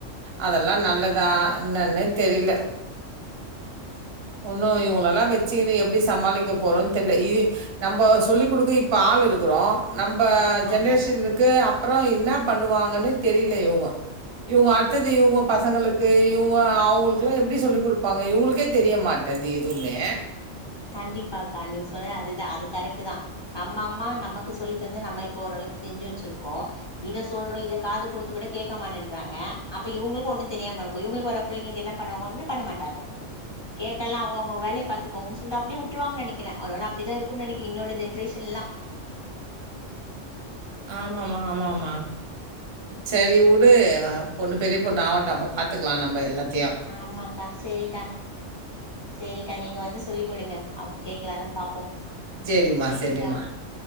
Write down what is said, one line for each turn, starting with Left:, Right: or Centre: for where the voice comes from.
Right: அதெல்லா நல்லதா என்னன்னே தெரில ஒன்னு இவுங்லலா வச்சுகினு எப்டி சமாளிக்க போறோன் தெர்ல இது நம்போ சொல்லி குடுக்க இப்ப ஆள் இருக்குறோ நம்ப
Left: ஆமாக்கா
Right: ஜென்ரேஷனுக்கு அப் அப்புறோ என்ன பண்ணுவாங்கன்னே தெரிலே இவ்ங்கோ இவ்கோ அட் த்தது இவ்ங்கோ பசங்களுக்கு இவ்ங்கோ அவுங்களுக்குல்லா எப்டி சொல்லி் குடுப்பாங்க இவுங்ளுக்கே தெரிய மாட் ரெண்டு எதும்மே
Left: கண்டிப்பாக்கா நீங்க சொன்ன அதுதா அது கரெக்ட்டு தா நம்மம்மா நமக்கு சொல்லி தந்து நம்ம இப்போ ஓரளக்கு தெஞ்சு வச்சிருக்கோ இத சொல்றோ இத காது கொடுத்து கூட கேக்க மாட்டேன்றாங்க அப்ப இவுங்ளுக்கு ஒண்ணுந்தெரியாம இருக்கு இவுங்குளுக்கு வர பிள்ளைங்ளுக்கு என்ன பண்ண ஒன்னு பண்ண மாட்டாங்க கேட்டால அவ்ங்கோ ஒங்கோ வேலய பாத்துக்கோ சொல்ட்டு அப்டி உட்ருவாங் நெனைக்கிற ஒருவெள அப்டிதா இருக்குன் நெனைக்கி இன்னவுள்ள ஜென்ரேஷன்ல்லா
Right: ஆமாமா ஆமா ஆமா சரி உடு அ பொண்ணு பெரிய பொண்ணு ஆவட்டு அப்ப பாத்துக்குலா நம்ப எல்லாத்
Left: ஆமாக்கா சேரிக்கா சேரிக்கா நீங்க வந்து சொல்லி் குடுங்க அப் கேக்கலான பாப்போ உம்
Right: சரிம்மா,
Left: சேரிக்கா
Right: சரிம்மா.